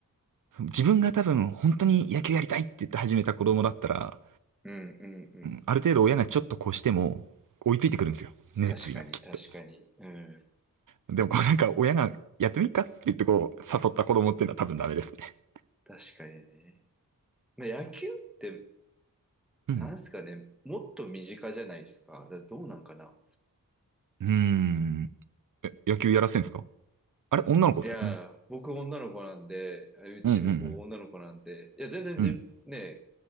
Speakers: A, on the right; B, in the centre.
A: 自分が多分本当に野球やりたいって言って始めた子供だったら、
B: うんうんうん。
A: うんある程度親がちょっと越しても追いついてくるんですよ。熱意がきっと。
B: 確かに、確かに。うん。
A: でもこうなんか親がやってみっかって言ってこう誘った子供っていうのは多分ダメですね。
B: 確かにね。まあ、野球って、
A: うん。
B: なんすかね、もっと身近じゃないですか。だどうなんかな。
A: うーん。え、野球やらせんすかあれ女の子ですもんね。
B: いや、僕女の子なんで、うちの子女の子なんで、
A: うんうんう
B: いや、全然じ、
A: ん。うん
B: ね、